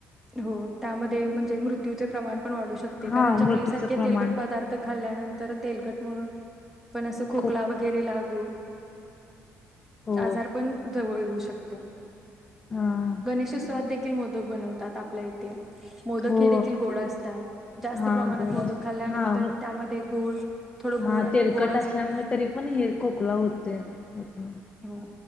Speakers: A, in the centre; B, on the left.
A: हो त्यामध्ये म्हणजे मृत्यूचे प्रमाण पन वाढू शकते
B: हा
A: कारण चकलीसारखे
B: मृत्यूचं प्रमाण
A: तेलकट पदार्थ खाल्ल्यानंतर तेलकट मग पण असं खोकला
B: खूप
A: वगैरे लाग गुण
B: हो
A: आजार पण जवळ येऊ शकते.
B: हां
A: गणेशोत्सवात दे ती मोदक बनव तात आपल्या इथे मोदक
B: हो
A: हे देखील गोड असतात, जास्त
B: हां
A: प्रमाणात
B: गोड
A: मोदक
B: अस
A: खाल्ल्यानंतर
B: हां
A: त्यामध्ये गुळ थोडं
B: हां
A: गुड
B: तेलकट
A: गोड असतय.
B: असल्यामुळे तरी पण हे खोकला होते होतो
A: हो